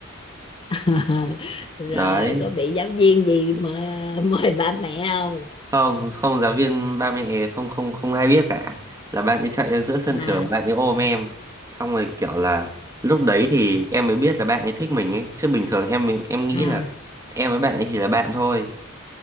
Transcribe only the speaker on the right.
đấy
không không giáo viên ba mẹ không không không ai biết cả là bạn ấy chạy ra giữa sân
trường bạn ấy ôm em xong rồi kiểu là lúc đấy thì em mới biết là bạn ấy thích mình ấy chứ bình thường em em nghĩ
là em với bạn ấy chỉ là bạn thôi